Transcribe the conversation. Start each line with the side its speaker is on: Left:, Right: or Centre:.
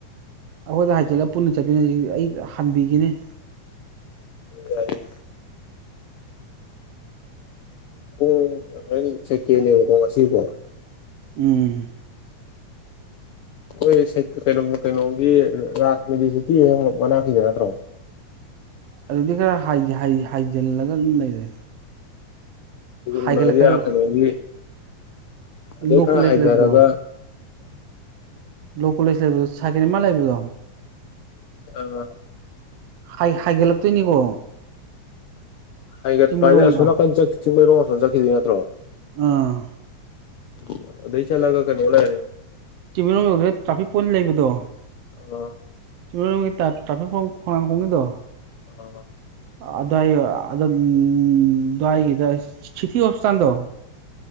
Right: ꯑꯩꯈꯣꯏꯗ ꯍꯥꯏꯖꯤꯜꯂꯒ ꯄꯨꯟꯅ ꯆꯠꯃꯤꯟꯅꯗꯝ ꯑꯩ ꯍꯟꯕꯤꯒꯤꯅꯤ
Left: ꯌꯥꯏꯌꯦ ꯌꯥꯏꯌꯦ ꯄꯨꯡ ꯍꯣꯔꯦꯟ ꯆꯦꯛꯀꯦꯅꯦꯕꯀꯣ ꯉꯁꯤꯕꯣ
Right: ꯎꯝ
Left: ꯑꯩꯈꯣꯏ ꯁꯩ ꯀꯩꯅꯣ ꯀꯩꯅꯣꯒꯤ ꯔꯥꯖ ꯃꯤꯗꯤꯁꯤꯇꯤ ꯍꯦꯛ ꯃꯅꯥꯛꯀꯤꯗꯣ ꯅꯠꯇ꯭ꯔꯣ
Right: ꯑꯗꯨꯗꯤ ꯈꯔ ꯍꯥꯏ ꯍꯥꯏ ꯍꯥꯏꯖꯤꯜꯂꯒ ꯑꯗꯨꯝ ꯂꯩꯔꯦ
Left: <unintelligible>
Right: ꯍꯥꯏꯒꯠꯂꯛꯀꯗꯕ
Left: ꯑꯥ ꯀꯩꯅꯣꯒꯤ ꯑꯗꯩ
Right: ꯂꯣ
Left: ꯈꯔ
Right: ꯀꯣꯂꯦꯖ
Left: ꯍꯥꯏꯊꯔꯒ
Right: ꯂꯩꯕꯦꯜꯗꯣ ꯂꯣ ꯀꯂꯦꯖ ꯂꯩꯕꯗꯣ ꯁꯦꯀꯦꯟ ꯑꯦꯝ ꯃꯥꯔ ꯂꯩꯕꯗꯣ
Left: ꯑꯥ
Right: ꯍꯥꯏ ꯍꯥꯏꯒꯠꯂꯛꯇꯣꯏꯅꯤꯀꯣ
Left: ꯍꯥꯏꯒꯠꯄ
Right: ꯆꯤꯡꯃꯤꯔꯣꯡꯗ
Left: ꯍꯥꯏꯗꯤ ꯑꯁꯣꯝ ꯅꯥꯀꯟ ꯆꯠ ꯆꯤꯡꯃꯩꯔꯣꯝ ꯑꯁꯣꯝ ꯆꯠꯈꯤꯗꯣꯏ ꯅꯠ
Right: ꯑꯥ
Left: ꯎꯝ ꯑꯗꯩ ꯆꯠꯂꯒ ꯀꯩꯅꯣ ꯂꯩꯔꯅꯤ
Right: ꯆꯤꯡꯃꯩꯔꯣꯡ ꯌꯧꯗ꯭ꯔꯤꯉꯩ ꯇ꯭ꯔꯥꯐꯤꯛ ꯄꯣꯏꯟ ꯂꯩꯕꯗꯣ
Left: ꯑꯥ
Right: ꯆꯤꯡꯃꯩꯔꯣꯡꯒꯤ ꯇ꯭ꯔꯥ ꯇ꯭ꯔꯥꯐꯤꯛ ꯄꯣꯏꯟ ꯈꯣꯡꯅꯥꯡ ꯃꯈꯣꯡꯒꯤꯗꯣ
Left: ꯑꯥ
Right: ꯑꯗ꯭ꯋꯥꯏ ꯑꯗ ꯎꯝ ꯑꯗ꯭ꯋꯥꯏꯒꯤꯗ ꯁꯤꯇꯤ ꯍꯣꯁꯄꯤꯇꯥꯟꯗꯣ